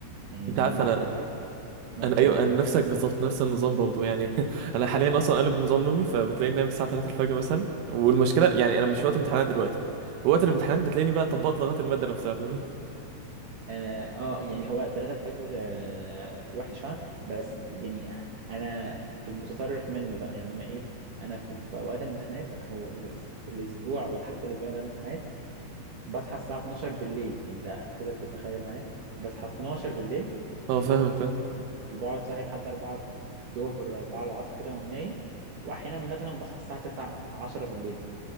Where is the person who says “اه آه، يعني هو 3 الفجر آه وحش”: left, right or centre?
Right